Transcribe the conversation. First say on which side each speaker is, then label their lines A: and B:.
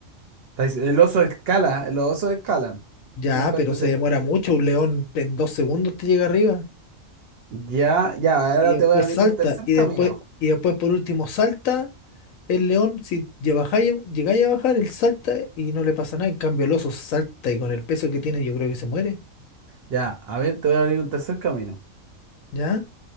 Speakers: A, on the right; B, on the left.
A: Estáis- El oso escala, los osos escalan.
B: Ya,
A: Ten en cuenta
B: pero
A: ese.
B: se demora mucho. Un león en dos segundos te llega arriba.
A: Ya, ya, ahora
B: Y
A: te
B: después
A: voy a abrir
B: salta.
A: un tercer
B: Y
A: camino.
B: después, y después por último salta El león, si ya bajáis- llegáis a bajar, él salta y no le pasa nada. En cambio, el oso salta y con el peso que tiene, yo creo que se muere.
A: Ya, a ver, te voy a abrir un tercer camino.
B: ¿Ya?